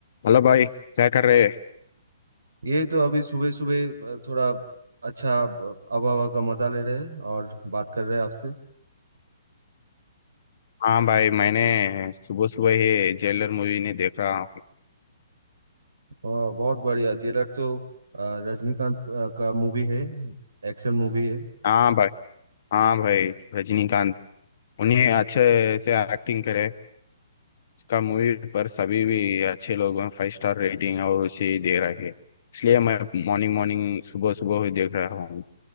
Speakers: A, on the left (about 50°); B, on the right (about 70°).
A: Hello भाई क्या कर रहे
B: ये तो अभी सुबह सुबह थोड़ा अच्छा अब- हवा हवा का मजा ले रहे हैं और बात कर रहे हैं आपसे
A: हाँ भाई मैंने सुबह सुबह ही जेलर मूवी ने देख रहा हूँ
B: और बहुत बढ़िया जेलर तो अ, रजनीकांत अ, का मूवी है एक्शन मूवी है
A: हाँ भाई हाँ भाई रजनीकांत उन्हें अच्छे से एक्टिंग करे उसका मूवी पर सभी भी अच्छे लोग फाइव स्टार रेटिंग और उसे ही दे रहे हैं इसलिए मैं मॉर्निंग मॉर्निंग सुबह सुबह ही देख रहा हूँ